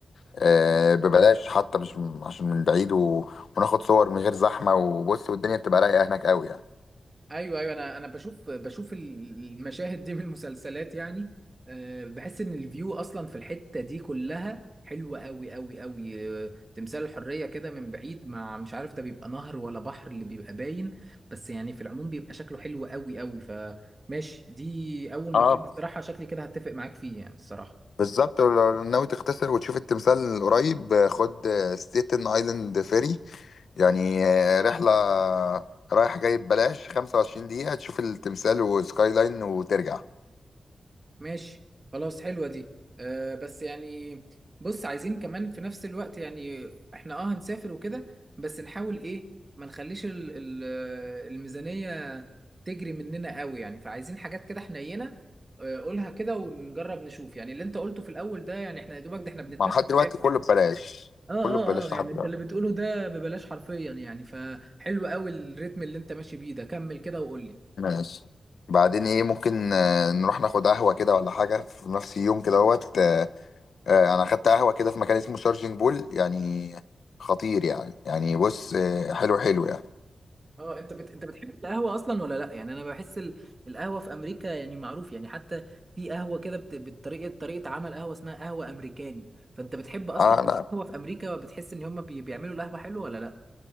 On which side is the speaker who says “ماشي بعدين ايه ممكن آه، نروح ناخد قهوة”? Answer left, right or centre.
Left